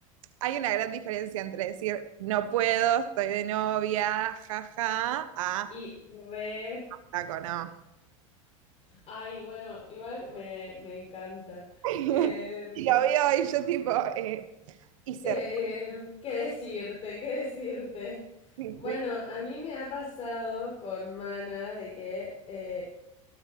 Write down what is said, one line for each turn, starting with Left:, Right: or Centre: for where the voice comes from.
Right: hay una gran diferencia entre decir, no puedo, estoy de novia, jaja, a,
Left: Y re.
Right: taco, no.
Left: Ay, bueno, igual me, me encanta.
Right: <laughs>
Left: Eh,
Right: Y lo veo y yo tipo, eh, hice...
Left: eh, ¿qué decirte? ¿Qué decirte?
Right: <laughs>
Left: Bueno, a mí me ha pasado con Mana de que eh,